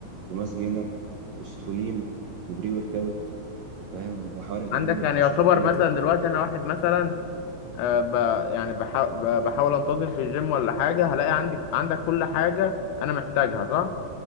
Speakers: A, on the right; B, on the left.
A: وماس جينر وسترولين وبري ورك اوت فاهم وحوارق دهون
B: عندك يعني
A: ومشددات
B: يعتبر مثلا دلوقتي انا واحد مثلا آه ب... يعني بحا... ب- بحاول انتظم في الجيم ولا حاجه هلاقي عندك عندك كل حاجه انا محتاجها صح